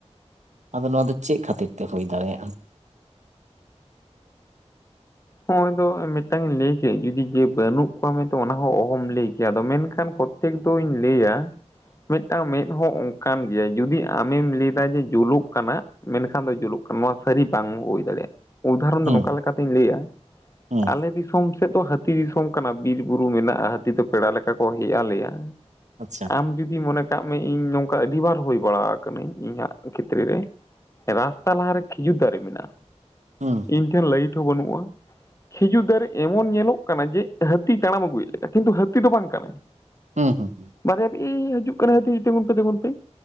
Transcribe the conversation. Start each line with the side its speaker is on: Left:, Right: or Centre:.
Right: ᱟᱫᱚ ᱱᱚᱣᱟ ᱫᱚ ᱪᱮᱫ ᱠᱷᱟᱹᱛᱤᱨ ᱛᱮ ᱦᱩᱭ ᱫᱟᱲᱮᱭᱟᱜᱼᱟ?
Left: ᱦᱚᱸᱜᱼᱚᱭ ᱫᱚ ᱢᱤᱫᱴᱟᱝ ᱤᱧ ᱞᱟᱹᱭ ᱠᱮᱫ ᱡᱩᱫᱤ ᱡᱮ ᱵᱟᱹᱱᱩᱜ ᱠᱚᱣᱟ ᱢᱮᱱᱛᱮ ᱚᱱᱟ ᱦᱚᱸ ᱚᱦᱚᱢ ᱞᱟᱹᱭ ᱠᱮᱭᱟ ᱟᱫᱚ ᱢᱮᱱᱠᱷᱟᱱ ᱠᱚ ᱛᱮᱠ ᱫᱩᱧ ᱞᱟᱹᱭᱟ ᱢᱤᱫᱴᱟᱝ ᱢᱮᱫ ᱦᱚᱸ ᱚ ᱠᱟᱱ ᱜᱮᱭᱟ ᱡᱩᱫᱤ ᱟᱢᱮᱢ ᱞᱟᱹᱭᱫᱟ ᱡᱮ ᱡᱩᱞᱩᱜ ᱠᱟᱱᱟᱼᱼ ᱢᱮᱱᱠᱷᱟᱱ ᱫᱚ ᱡᱩᱞᱩᱜ ᱠᱟᱱᱟ ᱱᱚᱣᱟ ᱥᱟᱹᱨᱤ ᱵᱟᱝ ᱦᱩᱭ ᱫᱟᱲᱮᱭᱟᱜᱼᱟ᱾ ᱩᱫᱟᱦᱚᱨᱚᱱ
Right: ᱦᱩᱸ
Left: ᱫᱚ ᱱᱚᱝᱠᱟ ᱞᱮᱠᱟᱛᱤᱧ ᱞᱟᱹᱭᱟ
Right: ᱦᱩᱸ
Left: ᱟᱞᱮ ᱫᱤᱥᱚᱢ ᱥᱮᱫ ᱫᱚ ᱦᱟᱹᱛᱤ ᱫᱤᱥᱚᱢ ᱠᱟᱱᱟ ᱵᱤᱨ ᱵᱩᱨᱩ ᱢᱮᱱᱟᱜᱼᱟ ᱦᱟᱹᱛᱤ ᱫᱚ ᱯᱮᱲᱟ ᱞᱮᱠᱟ ᱠᱚ ᱦᱮᱡ ᱟᱞᱮᱭᱟ᱾
Right: ᱟᱪᱪᱷᱟ᱾
Left: ᱟᱢ ᱡᱩᱫᱤ ᱢᱚᱱᱮ ᱠᱟᱜ ᱢᱮ ᱤᱧ ᱱᱚᱝᱠᱟ ᱟᱹᱰᱤᱵᱟᱨ ᱦᱩᱭ ᱵᱟᱲᱟ ᱠᱟᱹᱱᱟᱹᱧ ᱤᱧᱟᱹᱜ ᱠᱷᱮᱛᱨᱮ ᱨᱮ᱾ ᱨᱟᱥᱛᱟ ᱞᱟᱦᱟ ᱨᱮ ᱠᱷᱤᱡᱩᱨ ᱫᱟᱨᱮ ᱢᱮᱱᱟᱜᱼᱟ,
Right: ᱦᱮᱸ᱾
Left: ᱤᱧ ᱴᱷᱮᱱ ᱞᱟᱹᱭᱤᱴ ᱦᱚᱸ ᱵᱟᱹᱱᱩᱜᱼᱟ, ᱠᱷᱤᱡᱩᱨ ᱫᱟᱨᱮ ᱮᱢᱚᱱ ᱧᱮᱞᱚᱜ ᱠᱟᱱᱟ ᱡᱮ ᱦᱟᱹᱛᱤ ᱛᱟᱲᱟᱢ ᱟᱹᱜᱩ ᱭᱮᱫ ᱞᱮᱠᱟ ᱠᱤᱱᱛᱩ ᱦᱟᱹᱛᱤ ᱫᱚ ᱵᱟᱝ ᱠᱟᱱᱟᱭ᱾
Right: ᱦᱩᱸ ᱦᱩᱸ ᱦᱩᱸ᱾
Left: ᱵᱟᱨᱭᱟ ᱮᱭ ᱦᱤᱡᱩᱜ ᱠᱟᱱᱟᱭ ᱦᱟᱹᱛᱤ ᱛᱮᱸᱜᱳᱱ ᱯᱮ ᱛᱮᱸᱜᱳᱱ ᱯᱮ᱾